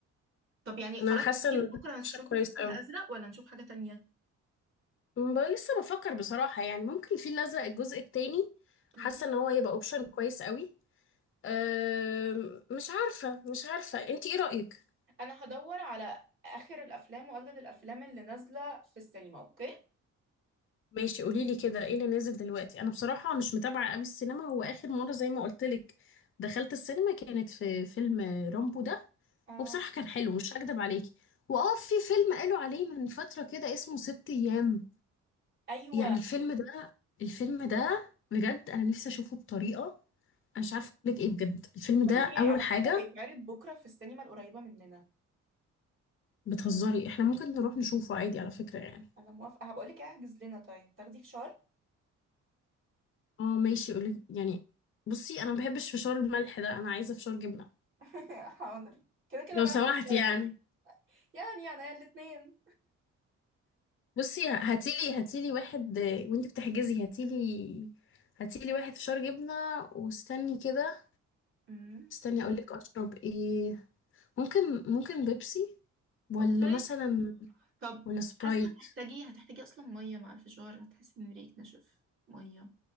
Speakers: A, on the right; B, on the left.
A: طب يعني
B: انا
A: خلاص
B: حاسه
A: اكيد
B: ان ده
A: بكره هنشوف
B: اوبشن كويس
A: الفيل
B: قوي
A: الازرق ولا نشوف حاجه تانية
B: أمم، بقى لسه بفكر بصراحه يعني ممكن الفيل الازرق الجزء التاني
A: مم.
B: حاسه ان هو هيبقى اوبشن كويس قوي أم، مش عارفه مش عارفه انت ايه رايك
A: انا هدور على اخر الافلام واجدد الافلام اللي نازله في السينما اوكي
B: ماشي قولي لي كده ايه اللي نازل دلوقتي انا بصراحه مش متابعه قوي السينما هو اخر مره زي ما قلت لك دخلت السينما كانت في فيلم رامبو ده
A: آه.
B: وبصراحه كان حلو مش هكدب عليكي واه في فيلم قالوا عليه من فتره كده اسمه ست ايام
A: ايوه
B: يعني الفيلم ده الفيلم ده بجد انا نفسي اشوفه بطريقه مش عارفه اقول لك ايه بجد الفيلم
A: بقول
B: ده
A: لك
B: اول
A: ايه على
B: حاجه
A: فكره هيتعرض بكره في السينما القريبه مننا
B: بتهزري احنا ممكن نروح نشوفه عادي على فكره يعني
A: انا موافقه هبقول لك احجز لنا طيب تاخدي فشار
B: اه ماشي اقول لك يعني بصي انا ما بحبش فشار الملح ده انا عايزه فشار جبنه
A: <laughs> حاضر كده كده
B: لو
A: انا
B: سمحت
A: هاخد كراميل
B: يعني
A: يعني انا الاثنين
B: بصي هاتيلي هاتيلي واحد آه، وانت بتحجزي هاتيلي هاتيلي واحد فشار جبنه واستني كده
A: <laughs>
B: استني اقول لك اشرب ايه ممكن ممكن بيبسي ولا
A: اوكي
B: مثلا
A: طب
B: ولا سبرايت
A: حاسة هتحتاجي هتحتاجي أصلا مية مع الفشار هتحسي إن ريقك نشف مية